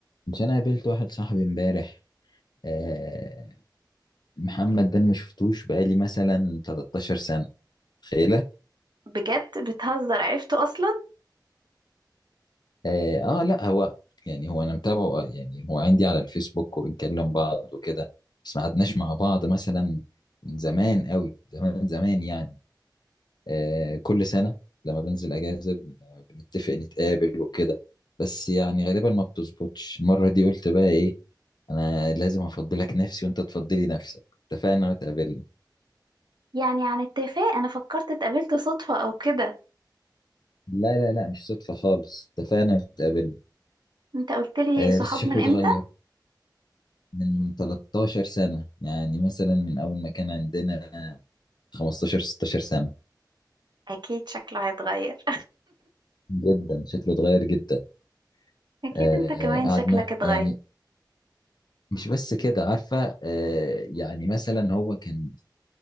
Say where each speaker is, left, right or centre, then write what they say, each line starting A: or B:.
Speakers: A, on the left; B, on the right.
A: مش انا قابلت واحد صاحبي امبارح آه محمد ده أنا ما شفتوش بقالي مثلا 13 سنة تخيله
B: بجد بتهزر عرفته اصلا
A: آه, اه لا هو يعني هو انا متابعه آه، يعني هو عندي على الفيسبوك وبنكلم بعض وكده بس ما قعدناش مع بعض مثلا من زمان قوي زمان زمان يعني آه كل سنة لما بنزل اجازة بن- بنتفق نتقابل وكده بس يعني غالبا ما بتظبطش المرة دي قلت بقى ايه انا لازم افضلك نفسي وانت تفضلي نفسك اتفقنا واتقابلنا
B: يعني عن اتفاق انا فكرت اتقابلت صدفة او كده
A: لا لا لا مش صدفة خالص اتفقنا واتقابلنا
B: انت قلت لي
A: آه
B: صحاب
A: بس شكله
B: من امتى
A: اتغير من 13 سنة يعني مثلا من أول ما كان عندنا 15 16 سنة
B: اكيد شكله هيتغير
A: جدا شكله اتغير جدا
B: <laughs> اكيد
A: آه
B: انت كمان
A: قعدنا
B: شكلك اتغير
A: يعني مش بس كده عارفة آه يعني مثلا هو كان